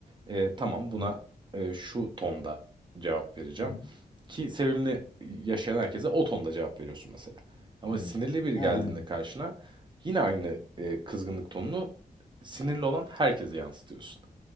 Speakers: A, on the right; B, on the left.
A: Ee, tamam buna
B: Hı hı.
A: e, şu tonda cevap vereceğim.
B: Hı hı.
A: Ki sevimli yaşayan herkese o tonda cevap veriyorsun mesela. Ama
B: Evet.
A: sinirli biri
B: Ha
A: geldiğinde
B: anladım.
A: karşına yine aynı e, kızgınlık tonunu sinirli olan herkese yansıtıyorsun.